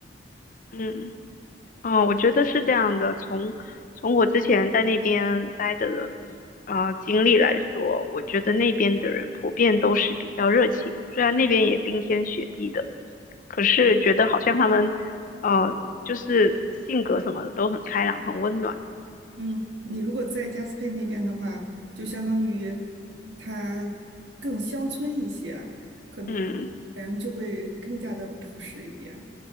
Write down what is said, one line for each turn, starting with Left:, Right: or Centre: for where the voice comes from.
Left: 嗯。哦，我觉得是这样的。从从我之前在那边待着的呃经历来说，我觉得那边的人普遍都是比较热情，虽然那边也冰天雪地的，可是觉得好像他们呃就是性格什么的都很开朗，很温暖。
Right: 嗯，你如果在加斯佩那边的话，就相当于他更乡村一些，可能人就会更加的朴实一点。
Left: 嗯。